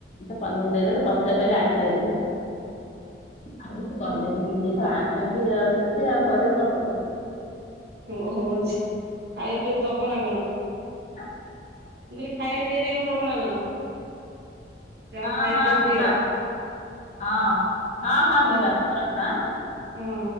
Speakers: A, on the left (about 35°); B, on the right (about 60°).
A: ସେ ପନିର ଦେଇଦେଲେ ପଛରେ କହିଲେ ଆଇଷଁ ହେଇଥିଲା। ଆଉ କିଛି କହିଲେନି ନିଜେ ତ ଆଣିଚନ୍ତି ଆଉ ସେମତି ଆଉ କହିବେ କଣ ମତେ।
B: ଓହୋ ଜି-ଖାଇବା ପିଇବାକୁ ଦବ ନା କଣ?
A: ନାଁ
B: ମୁଁ କହିଲି ଖାଇବାକୁ ପିଇବାକୁ ଦେଇ କଣ ଦବ ନା କଣ? ଯାଅ
A: ହଁ
B: ଖାଇବା
A: ହଁ
B: ପିଇବାକୁ
A: ଯିବା।
B: ଦିଅ।
A: ହଁ ହଁ ହଁ
B: ହ
A: ଯିବା ରଖରଖ ଆଁ।
B: ହଁ।